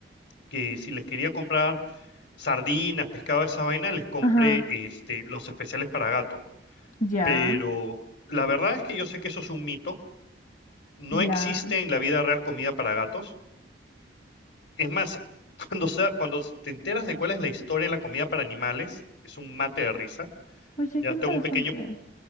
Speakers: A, on the left; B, on the left.
A: que si les quería comprar sardinas, pescado, esa vaina, les compre
B: Ajá.
A: este, los especiales para gato.
B: Ya.
A: Pero la verdad es que yo sé que eso es un mito. No
B: Ya.
A: existe en la vida real comida para gatos. Es más, <laughs> cuando, sea- cuando te enteras de cuál es la historia de la comida para animales, es un mate de risa.
B: Oye,
A: Ya
B: qué interesante.
A: tengo un pequeño